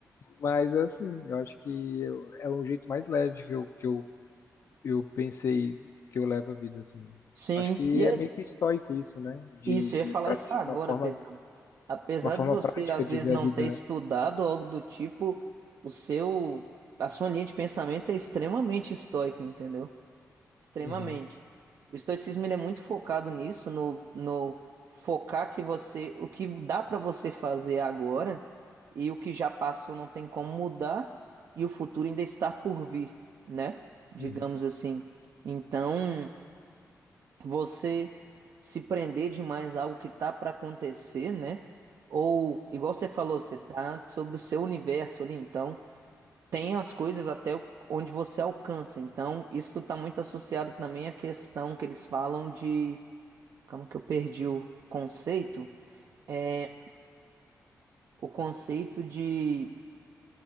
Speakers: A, on the left; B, on the right.
A: Mas assim, eu acho que eu- é um jeito mais leve que eu, que eu, eu pensei que eu levo a vida, assim.
B: Sim.
A: Acho que
B: E é
A: é meio que estoico isso, né? De,
B: isso,
A: de
B: eu ia falar
A: pratici-
B: isso agora,
A: uma forma,
B: Pedrão. Apesar
A: uma forma
B: de você,
A: prática
B: às
A: de
B: vezes,
A: ver
B: não
A: a vida,
B: ter estudado
A: né?
B: algo do tipo, o seu, a sua linha de pensamento é extremamente estoica, entendeu? Extremamente.
A: Uhum,
B: O estoicismo ele é muito focado nisso, no, no focar que você, o que dá pra você fazer agora e o que já passou não tem como mudar e o futuro ainda está por vir, né? Digamos
A: uhum.
B: assim. Então, você se prender demais a algo que tá pra acontecer, né? Ou, igual você falou, você tá sobre o seu universo ali, então tem as coisas até onde você alcança. Então, isso está muito associado também à questão que eles falam de. Calma que eu perdi o conceito. É o conceito de,